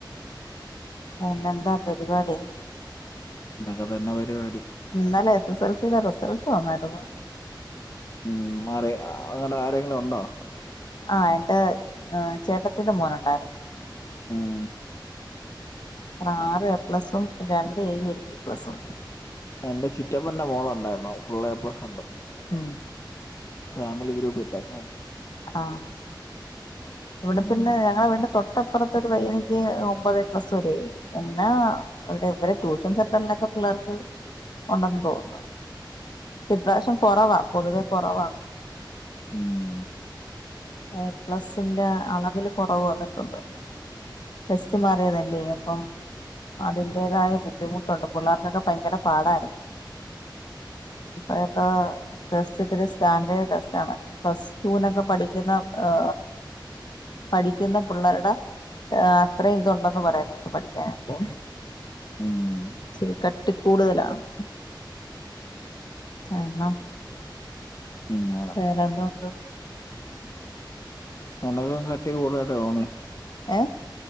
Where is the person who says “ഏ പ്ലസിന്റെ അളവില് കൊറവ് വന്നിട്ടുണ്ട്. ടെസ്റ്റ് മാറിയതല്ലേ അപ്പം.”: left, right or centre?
Left